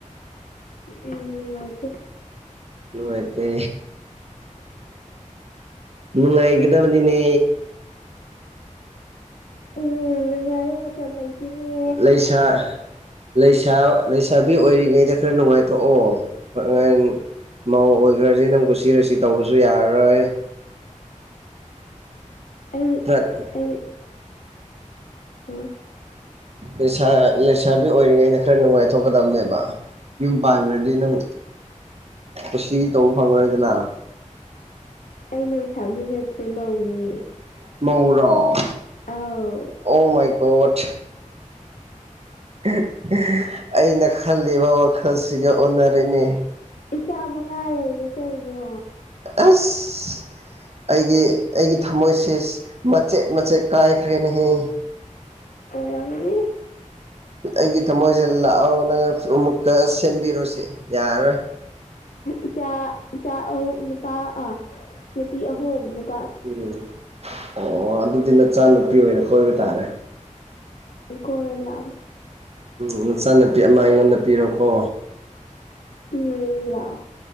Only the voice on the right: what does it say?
ꯅꯨꯡꯉꯥꯏꯇꯦ ꯅꯨꯉꯥꯏꯒꯗꯕꯅꯤꯅꯦ
ꯂꯩꯁꯥ ꯂꯩꯁꯥ ꯂꯩꯁꯥꯕꯤ ꯑꯣꯏꯔꯤꯉꯩꯗ ꯈꯔ ꯅꯨꯡꯉꯥꯏꯊꯣꯛꯑꯣ ꯅꯪ ꯃꯧ ꯑꯣꯏꯈ꯭ꯔꯗꯤ ꯅꯪ ꯀꯨꯁꯤꯔꯥꯁꯤ ꯇꯧꯕꯁꯨ ꯌꯥꯔꯔꯣꯏ
ꯈꯠ <unintelligible>
ꯂꯩꯁꯥ ꯂꯩꯁꯥꯕꯤ ꯑꯣꯏꯔꯤꯉꯩꯩꯅ ꯈꯔ ꯅꯨꯡꯉꯥꯏꯊꯣꯛꯀꯗꯝꯅꯦꯕ ꯌꯨꯝ ꯄꯥꯟꯈ꯭ꯔꯗꯤ ꯅꯪ ꯀꯨꯁꯤ ꯇꯧꯕ ꯐꯪꯉꯔꯣꯏꯗꯅ
ꯃꯧꯔꯣ
ꯑꯣ ꯃꯥꯏ ꯒꯣꯠ <unintelligible> ꯑꯩꯅ ꯈꯜꯂꯤꯕ ꯋꯥꯈꯜꯁꯤꯒ ꯑꯣꯟꯅꯔꯦꯅꯦ
ꯑꯁ ꯑꯩꯒꯤ ꯑꯩꯒꯤ ꯊꯃꯣꯏꯁꯦ ꯃꯆꯦꯠ ꯃꯆꯦꯠ ꯀꯥꯏꯈ꯭ꯔꯦꯅꯦ ꯍꯝ
ꯑꯩꯒꯤ <unintelligible> ꯊꯃꯣꯏꯁꯦ ꯂꯥꯛꯑꯣ ꯅꯪ ꯑꯃꯨꯛꯇ ꯁꯦꯝꯕꯤꯔꯣꯁꯦ ꯌꯥꯔꯔꯣꯏ
ꯎꯝ ꯑꯣ ꯑꯗꯨꯗꯤ ꯅꯆꯥꯅꯨꯄꯤ ꯑꯣꯏꯅ ꯀꯣꯏꯕ ꯇꯥꯔꯦ
ꯎꯝ ꯅꯆꯥꯅꯨꯄꯤ ꯑꯃ ꯑꯩꯉꯣꯟꯗ ꯄꯤꯔꯣꯀꯣ